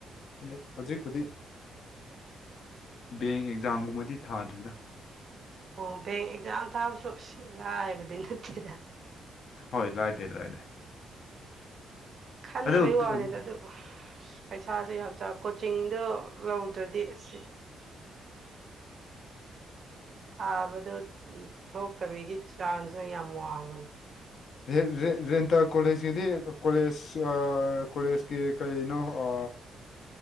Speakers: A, on the left; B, on the right.
A: ꯑꯗꯣ ꯍꯧꯖꯤꯛꯄꯨꯗꯤ ꯕꯦꯡ ꯑꯦꯛꯖꯥꯝꯒꯨꯝꯕꯗꯤ ꯊꯥꯗ꯭ꯔꯤꯗ
B: ꯑꯣ ꯕꯦꯡ ꯑꯦꯛꯖꯥꯝ ꯊꯥꯕꯁꯨ ꯁꯤ ꯂꯥꯏꯕꯗꯤ ꯅꯠꯇꯦꯗ
A: ꯍꯣꯏ ꯂꯥꯏꯗꯦ ꯂꯥꯏꯗꯦ
B: ꯈꯟꯕꯩ
A: ꯑꯗꯨ
B: ꯋꯥꯅꯤꯗ
A: ꯎꯝ
B: ꯑꯗꯨ ꯄꯩꯁꯥꯁꯨ ꯌꯥꯝ ꯆꯥꯎ ꯀꯨꯠ ꯆꯤꯡꯗꯣ ꯂꯧꯗ꯭ꯔꯗꯤ ꯑꯁꯤ ꯐꯕꯗꯣ ꯎꯝ ꯊꯣꯛꯇꯕꯒꯤ ꯆꯥꯡꯁꯤꯅ ꯌꯥꯝ ꯋꯥꯡꯕꯅꯤ
A: ꯔꯦꯟ ꯔꯦꯟ ꯔꯦꯟꯇꯔ ꯀꯣꯂꯦꯖꯀꯤꯗꯤ ꯀꯣꯂꯦꯖ ꯑꯥ ꯀꯣꯂꯦꯖꯀꯤ ꯀꯔꯤꯅꯣ ꯑ